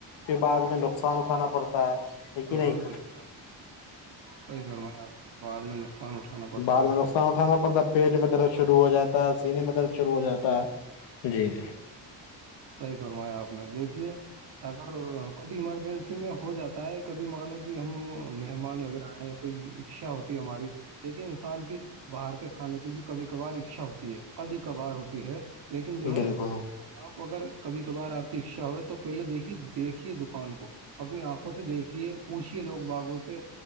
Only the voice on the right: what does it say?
بے
شک
الحمد
للہ صحیح فرمایا آپ نے بعد میں نقصان اٹھانا پڑتا
ہے
صحی
صحیح فرمایا آپ نے دیکھیے اگر کبھی ایمرجنسی میں ہو جاتا ہے کبھی مانو کہ ہم مہمان وغیرہ آئے کوئی اچھا ہوتی ہماری دیکے انسان کی باہر کے کھانے کی بھی کبھی کبار اچھا ہوتی ہے کبھی کبھار ہوتی ہے لیکن جو ہے
آپ اگر کبھی کبھار آپ کی اچھا ہوئے تو پہلے دیکھیے دیکھیے دکان کو اپنی آنکھوں سے دیکھیے پوچھیے لوگ باغوں سے